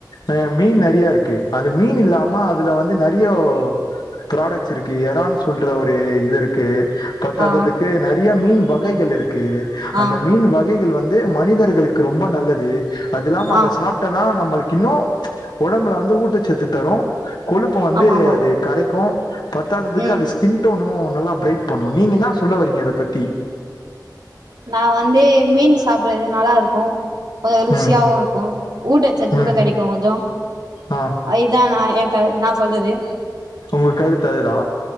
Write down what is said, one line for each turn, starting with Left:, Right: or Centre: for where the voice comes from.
Left: அ மீன் நெறைய இருக்கு அது மீன் இல்லாம அதுல வந்து நெறியோ ப்ராடக்ட்ஸ் இருக்கு இரால் சொல்லிட்டு ஒரு இது இருக்கு பத்தாததுக்கு
Right: ஆ
Left: நெறைய மீன் வகைகள் இருக்கு
Right: ஆ
Left: அந்த மீன் வகைகள் வந்து இது மனிதர்களுக்கு ரொம்ப நல்லது அதுல்லாம அத
Right: ஆ
Left: சுட் ட்டு சாப்டோனா நம்மளுக்கு இன்னு ஒடம்புல வந்து ஊட்டச்சத்து தரு கொழுப்ப வந்து
Right: ஆமா ஆமா
Left: அது கரைக்கு பத்தாததுக்கு
Right: ம்
Left: அது ஸ்கிண்டோணு நல்லா பிரைட் பண்ணு நீங்க என்னா சொல்ல வரீங்க அத பத்தி
Right: நா வந்து மீன் சாப்றது நல்லா இருக்கு கொஞ்சோ ருசியாவு
Left: ம்
Right: இரு இங்கு ஊட்டசச்து
Left: ம்
Right: கூட கெடைக்கு கொஞ்சோ
Left: ஆ
Right: அதுக்குதா நா என் கத நா சொல்றது
Left: உங்க கருத்து அதுதா